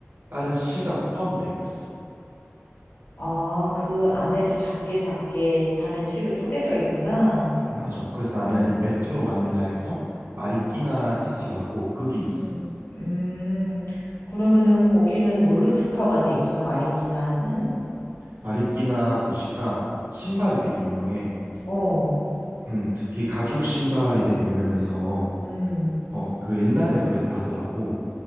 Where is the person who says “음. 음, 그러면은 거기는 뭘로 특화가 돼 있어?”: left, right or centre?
Left